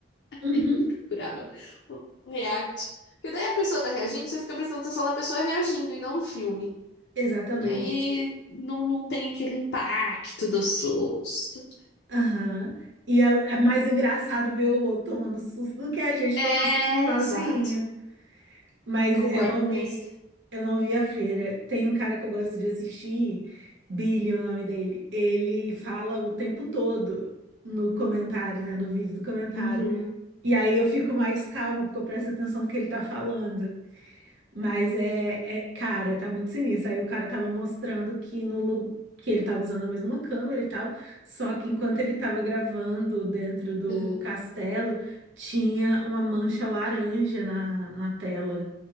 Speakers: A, on the left (about 70°); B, on the right (about 80°).
A: <laughs>
B: Uhum,
A: Aí eu procurava o react. Porque daí a pessoa tá reagindo, você fica prestando atenção na pessoa reagindo e não no filme.
B: exatamente.
A: E aí não, não tem aquele impacto do susto.
B: Aham. E é, é mais engraçado ver o outro tomando susto do que a gente
A: É,
B: tomar susto sozinho.
A: exato.
B: Mas
A: Concordo
B: eu não
A: demais.
B: vi, eu não vi a freira. Tem um cara que eu gosto de assistir, Billy, é o nome dele. Ele fala o tempo todo no comentário, né? No vídeo do comentário.
A: Uhum,
B: E aí eu fico mais calma, porque eu presto atenção no que ele tá falando. Mas é, é, cara, tá muito sinistro. Aí o cara tava mostrando que no lu- que ele tava usando a mesma câmera e tal, só que enquanto ele tava gravando dentro do
A: uhum.
B: castelo, tinha uma mancha laranja na, na tela,